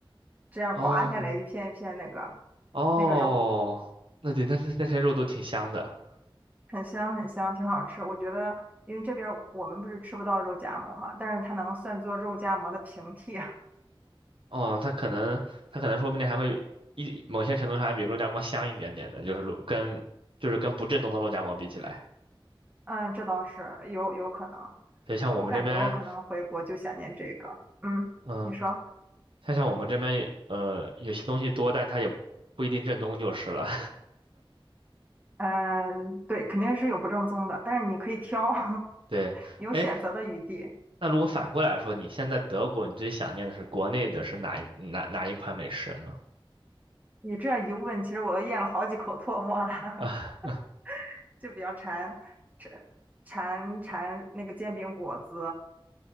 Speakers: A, on the right (about 15°); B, on the right (about 70°).
A: 这样刮下来一片一片那个
B: 哦哦，
A: 那个肉。
B: 那对，那那那些肉都挺香的。
A: 很香很香，挺好吃。我觉得，因为这边儿我们不是吃不到肉夹馍嘛，但是它能算作肉夹馍的平替啊。
B: 哦，它可能它可能说不定还会一某些程度上还比肉夹馍香一点点的，就是肉跟就是跟不正宗的肉夹馍比起来。
A: <laughs> 嗯，这倒是有有可能。
B: 所以像我们这边。
A: 我感觉我可能回国就想念这个。嗯，
B: 嗯，
A: 你说，
B: 它像我们这边呃有些东西多，但它也不一定正宗就是了。
A: 嗯，对，肯定是有不正宗的，但是你可以挑，<laughs>
B: <laughs> 对，
A: 有选择的余地。
B: 哎，那如果反过来说，你现在德国，你最想念的是国内的是哪一哪哪一款美食呢？
A: 你这一问，其实我都咽了好几口唾沫了，
B: 啊，
A: <laughs> 就比较馋，馋馋馋那个煎饼果子。